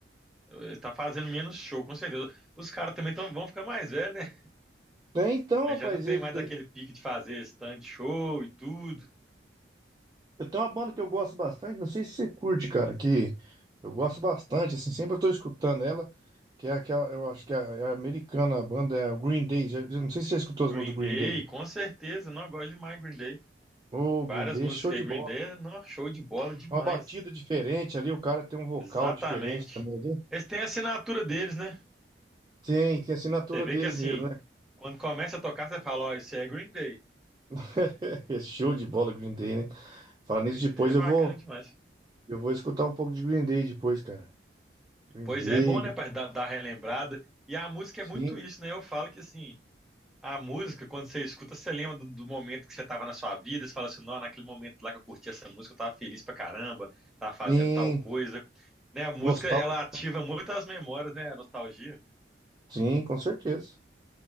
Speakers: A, in the centre; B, on the right.
A: ele tá fazendo menos show, com certeza. Os caras também tão, vão ficar mais velhos, né?
B: Tem então,
A: Aí
B: rapaz,
A: já não tem
B: ele,
A: mais aquele pique de fazer stand show e tudo.
B: Eu tenho uma banda que eu gosto bastante, não sei se você curte, cara, que eu gosto bastante, assim, sempre eu tô escutando ela, que é aquela, eu acho que é, é americana, a banda é o Green Day, já- já- não sei se você já escutou as
A: Green
B: músicas do
A: Day,
B: Green Day.
A: com certeza, não eu gosto demais de Green Day.
B: Ô,
A: Várias
B: Green Day,
A: músicas
B: é show de
A: aí, Green
B: bola.
A: Day, não, show de bola demais.
B: É Uma batida diferente ali, o cara tem um vocal
A: Exatamente.
B: diferente também ali.
A: Eles têm a assinatura deles, né?
B: Tem, tem a assinatura
A: Você vê
B: deles
A: que assim,
B: mesmo, né?
A: quando começa a tocar, você fala, ó, isso é Green Day.
B: <laughs> É show de bola, Green Day, né? Falar nisso
A: Green
B: depois,
A: Day é
B: eu
A: bacana
B: vou,
A: demais.
B: eu vou escutar um pouco de Green Day depois, cara. Green
A: Pois
B: Day,
A: é, é bom, né, para dar, dar relembrada. E a música
B: sim,
A: é muito isso, né? Eu falo que assim, a música, quando você escuta, você lembra do, do momento que você estava na sua vida, você fala assim, não, naquele momento lá que eu curti essa música, eu tava feliz pra caramba, tava fazendo
B: sim,
A: tal coisa. Né, a música,
B: nostálgico,
A: ela ativa muito as memórias, né, a nostalgia.
B: sim, com certeza.